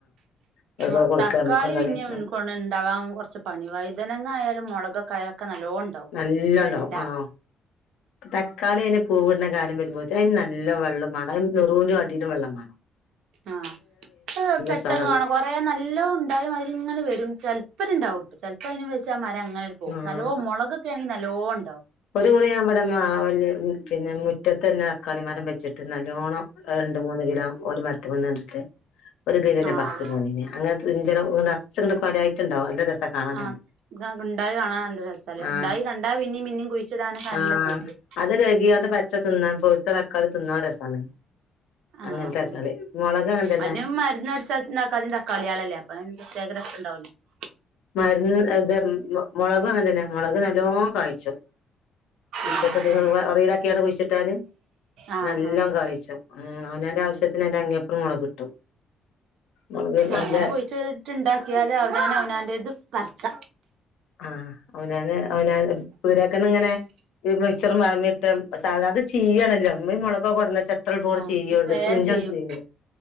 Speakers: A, on the left; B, on the right.
A: അവർക്കൊക്കെ
B: മൊ
A: കൊടുക്ക
B: തക്കാളി
A: നമ്മുക്കും കറിവെക്ക
B: പിന്നിം ന്ക്കോണേ ഇണ്ടാവാൻ കൊറച്ച് പണി വൈതനങ്ങ ആയാലും മുളകൊക്കായ ക്ക നല്ലോം ഉണ്ടാവും
A: നല്ലോണ്ടാവും
B: വെണ്ട
A: ആഹ് തക്കാളി അയിന് പൂവ്ടുന്ന കാലം വരുമ്പോത്തിന് അയിന് നല്ല വള്ളം വാണം നേറൂലും അടിയിലും വള്ളമാണം
B: ആ പെട്ടെന്ന്
A: ഉഷാറാണ്
B: കാണാ കൊറേ നല്ലോം ഉണ്ടായ മാതിരിങ്ങെനെവരും ചെല്പ്പര്ണ്ടാവും ചെല് പ്പയിന് വെച്ചാ മ <unintelligible> പോവും
A: ആഹ്
B: നല്ലോം മുളൊകൊക്കേ ആണെങ്കിൽ ന ല്ലോ ഇണ്ടാവും
A: ഒരു മുറിഞ്ഞാവടെ മാവേല് ഉം പിന്നെ മു മുറ്റത്തന്നെ തക്കാളി മരം വെച്ചിട്ട് നല്ലോണം രണ്ട്, മൂന്ന് കിലോം ഒര് മര്ത്ത്മ്മന്നാണ്ട്ട്ക്കേ ഒര്ത്തീലെന്നേ
B: ആഹ്
A: പറിച്ചു പോന്നീനി അങ്ങനത്തെ <unintelligible> കൊലായിട്ടുണ്ടാവു നല്ല രസ കാണാൻ
B: ആഹ്
A: തന്നെ
B: ഉണ്ടായി കാണാൻ നല്ല രസാല്ലേ
A: ആ
B: ഉണ്ടായി കണ്ടാ പിന്നിം പിന്നിം കുഴിച്ചിടാനൊക്കെ നല്ല
A: ആ
B: പൂതിയാ
A: അത് കഴുകിയാണ്ട് പച്ച തിന്നാൻ പൗത്ത താ ക്കള് തിന്നാ രസാണ്
B: ആ
A: അങ്ങനത്തെ തക്കാളി
B: ആ
A: മൊളക് അങ്ങനെ തന്നെ
B: അയിന് ഞാൻ മര്ന്ന് അടിച്ച <unintelligible> തക്കാളിയളല്ലേ <inaudible>
A: മര്ന്ന് <unintelligible> ത് മൊ മൊളകും അങ്ങന് ത്തന്നെ മൊളക് നല്ലോം കായിച്ചും. മുറ്റതൊക്കെ
B: ഉം ഉം
A: <unintelligible> ഒറയിലാക്കിയാണ്ട് കുഴിച്ചിട്ടാല്
B: ആഹ്
A: നല്ലോ
B: ആഹ്
A: കായ്ച്ചും ഉം അവനാന്റെ ആവശ്യ എത്തിനാ അയിന്റെ അങ്ങേപ്പുറവും ഇവ്ടെ കിട്ടും മൊളക് നല്ല
B: അങ്ങനെ കുഴിച്ചിട്ട് ഇണ്ടാക്കിയാലേ ആ അവനവനാന്റെത് പറ്ച്ച
A: ആഹ് അവനന്ന് അവന <unintelligible> അത്ര പോലെ
B: ആഹ്
A: ചെയ്യണ്ട്
B: വേം
A: തുഞ്ചൻ
B: ചെയ്യും
A: <unintelligible>